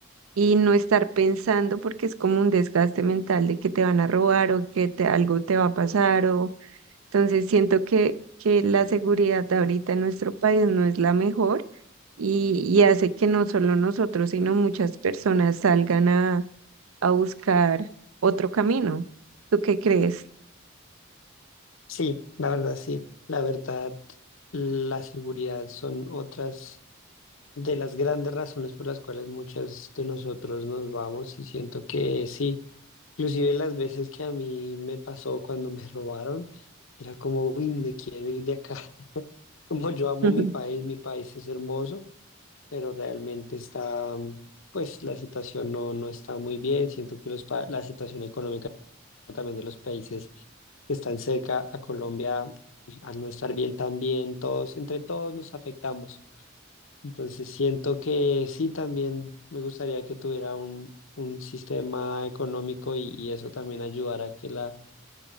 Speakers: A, on the right (about 85°); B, on the left (about 70°).
A: y no estar pensando porque es como un desgaste mental de que te van a robar o que te, algo te va a pasar o entonces siento que, que la seguridad de ahorita en nuestro país no es la mejor y, y hace que no solo nosotros sino muchas personas salgan a, a buscar otro camino. ¿Tú qué crees?
B: Sí, la verdad sí. La verdad, la seguridad son otras. de las grandes razones por las cuales muchas de nosotros nos vamos y siento que sí, inclusive las veces que a mí me pasó cuando me robaron, era como, uy, me quiero ir de acá, <laughs> como yo amo
A: <laughs>
B: mi país, mi país es hermoso, pero realmente está, mm, pues la situación no, no está muy bien, siento que los, pa- la situación económica también de los países que están cerca a Colombia, al no estar bien también, todos, entre todos nos afectamos. Entonces siento que sí, también me gustaría que tuviera un, un sistema económico y, y eso también ayudara a que la,